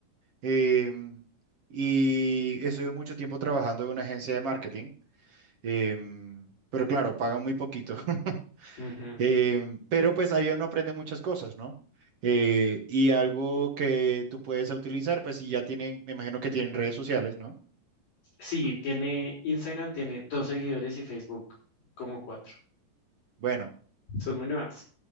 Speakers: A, on the right; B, on the left.
A: em, y estuve mucho tiempo trabajando en una agencia de marketing, em, pero claro, pagan muy poquito. <laughs>
B: Ujú.
A: Em, pero pues ahí uno aprende muchas cosas, ¿no? Eh, y algo que tú puedes utilizar, pues si ya tienen, me imagino que tienen redes sociales, ¿no?
B: Sí, tiene Instagram, tiene dos seguidores y Facebook como cuatro.
A: Bueno.
B: Son muy nuevas.